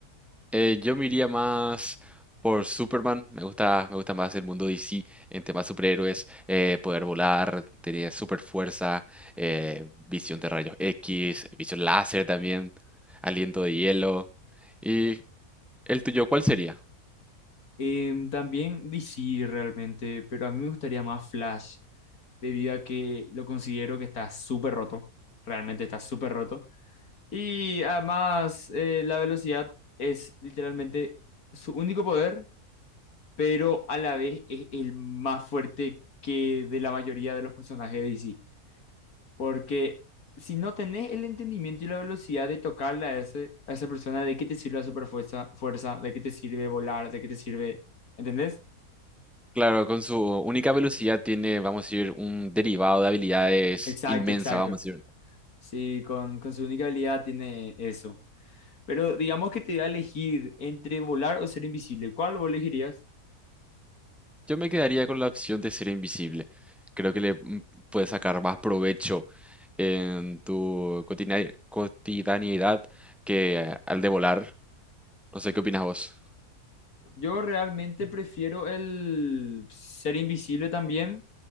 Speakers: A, in the centre; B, on the left (about 70°).
A: Eh, yo me iría más por Superman. Me gusta, me gusta más el mundo DC en temas superhéroes. eh, poder volar, tener super fuerza, eh, visión de rayos X, visión láser también, aliento de hielo. ¿Y el tuyo cuál sería?
B: Em, también DC realmente, pero a mí me gustaría más Flash, debido a que lo considero que está súper roto, realmente está súper roto. Y además, eh, la velocidad es literalmente su único poder, pero a la vez es el más fuerte que de la mayoría de los personajes de DC. Porque si no tenés el entendimiento y la velocidad de tocarle a, ese, a esa persona, ¿de qué te sirve la superfuerza, fuerza? ¿De qué te sirve volar? ¿De qué te sirve? ¿Entendés?
A: Claro, con su única velocidad tiene, vamos a decir, un derivado de habilidades
B: Exacto,
A: inmensa,
B: exacto.
A: vamos a decir.
B: Sí, con, con su única habilidad tiene eso. Pero digamos que te da a elegir entre volar o ser invisible. ¿Cuál vos elegirías?
A: Yo me quedaría con la opción de ser invisible. Creo que le mm, puedes sacar más provecho en tu cotina- cotidianidad que eh, al de volar. No sé qué opinas vos.
B: Yo realmente prefiero el ser invisible también